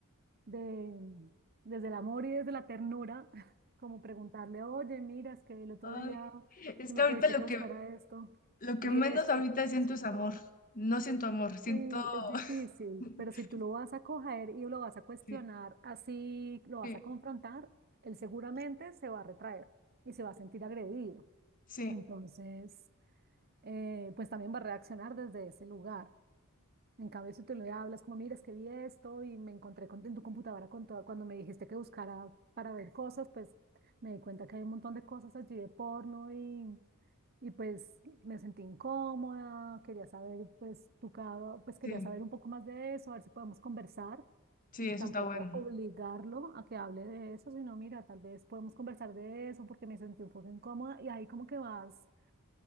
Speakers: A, on the right (about 45°); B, on the left (about 40°).
A: de, desde el amor y desde la ternura, <laughs> como preguntarle, oye, mira, es que el otro
B: Ay,
A: día
B: es
A: que
B: que
A: me
B: ahorita
A: pediste
B: lo
A: que buscara
B: que,
A: esto,
B: lo que
A: vi
B: menos
A: esto
B: ahorita
A: y
B: siento
A: me asustó.
B: es amor. No siento amor, siento...
A: Sí, es difícil,
B: <laughs>
A: pero si tú lo vas a coger y lo vas a cuestionar,
B: Sí,
A: así lo vas
B: sí,
A: a confrontar, él seguramente se va a retraer y se va a sentir agredido.
B: sí,
A: Entonces, eh, pues también va a reaccionar desde ese lugar. En cambio, si tú le hablas como, mira, es que vi esto y me encontré con, en tu computadora con todo, cuando me dijiste que buscara para ver cosas, pues me di cuenta que hay un montón de cosas allí de porno y, y pues me sentí incómoda, quería saber, pues tu cada, pues quería
B: sí,
A: saber un poco más de eso, a ver si podemos conversar,
B: sí,
A: mm,
B: eso
A: tampoco
B: está bueno.
A: obligarlo a que hable de eso, sino mira, tal vez podemos conversar de eso porque me sentí un poco incómoda y ahí como que vas